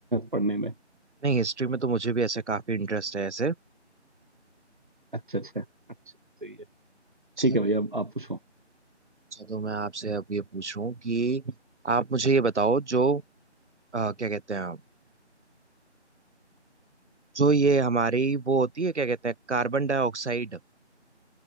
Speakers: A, on the right; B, on the right.
A: पढ़ने में
B: नहीं हिस्ट्री में तो मुझे भी ऐसे काफी इंटरेस्ट है ऐसे
A: अच्छा अच्छा अच्छा सही है
B: अच्छा
A: ठीक है भैया अब आप पूछो
B: अच्छा, तो मैं आपसे अब ये पूछ रहा हूँ कि आप मुझे ये बताओ जो अ, क्या कहते हैं आप जो ये हमारी वो होती है क्या कहते हैं कार्बन डाइऑक्साइड